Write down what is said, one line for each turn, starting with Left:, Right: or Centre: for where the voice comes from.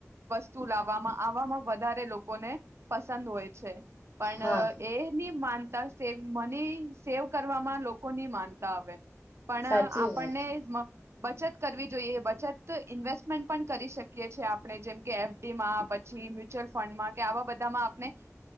Right: વસ્તુ લાવવામાં આવવામાં વધારે લોકોને પસંદ હોય છે. પણ
Left: હા
Right: એની માન મની સેવ કરવામાં લોકો ની માનતા આવે. પણ
Left: સાચી
Right: આપણને
Left: વાત છે
Right: બચત કરવી જોઈએ. ઇન્વેસ્ટમેન્ટ પણ કરી શકીએ છીએ આપણે જેમ કે એફડી માં પછી મ્યુચ્યુઅલ ફંડમાં કે આવા બધામાં આપણે.